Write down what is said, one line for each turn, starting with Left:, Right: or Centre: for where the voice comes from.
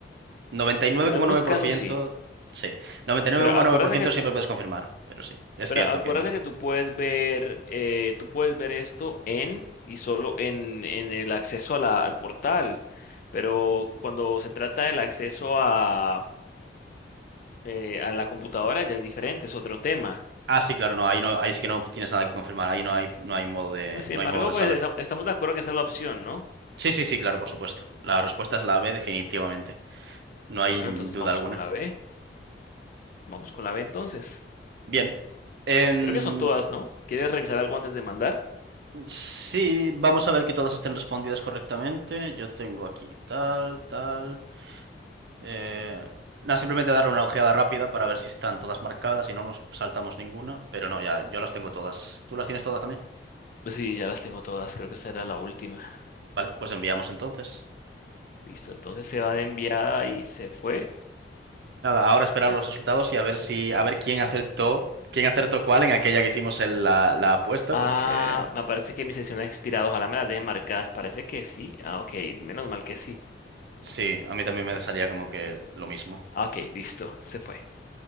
Right: noventa y nueve
Left: En
Right: nueve coma
Left: algunos
Right: nueve por
Left: casos
Right: ciento
Left: sí.
Right: sí. noventa y nueve
Left: Pero
Right: nueve coma
Left: acuérdate
Right: nueve por ciento
Left: que tú,
Right: siempre puedes confirmar, pero sí, es
Left: pero
Right: cierto
Left: acuérdate
Right: que no.
Left: que tú puedes ver, eh, tú puedes ver esto en y solo en, en el acceso a la- al portal. Pero cuando se trata del acceso a, eh, a la computadora ya es diferente, es otro tema.
Right: Ah, sí, claro, no, ahí no, ahí sí que no tienes nada que confirmar, ahí no hay, no hay modo de,
Left: Pues sin
Right: no
Left: embargo,
Right: hay modo de
Left: pues
Right: saber.
Left: esa- estamos de acuerdo que esa es la opción, ¿no?
Right: Sí, sí, sí, claro, por supuesto. La respuesta es la B, definitivamente. No hay
Left: Bueno, entonces
Right: duda
Left: vamos
Right: alguna.
Left: con la B. Vamos con la B entonces.
Right: Bien. em,
Left: Creo que son todas, ¿no? ¿Quieres revisar algo antes de mandar?
Right: sí, vamos a ver que todas estén respondidas correctamente. Yo tengo aquí tal, tal. Eh, nada, simplemente darle una ojeada rápida para ver si están todas marcadas y no nos saltamos ninguna, pero no, ya yo las tengo todas. ¿Tú las tienes todas también?
Left: Pues sí, ya las tengo todas, creo que esa era la última.
Right: Vale, pues enviamos entonces.
Left: Listo, entonces se va de enviada y se fue.
Right: Nada, ahora esperar
Left: <laughs>
Right: los resultados y a ver si, a ver quién acertó, quién acertó cuál en aquella que hicimos en la, la apuesta,
Left: Ah,
Right: porque
Left: me parece que mi sesión ha expirado, ojalá me las dejen marcadas, parece que sí. Ah, ok, menos mal que sí.
Right: sí, a mí también me salía como que lo mismo.
Left: Ah, ok, listo, se fue.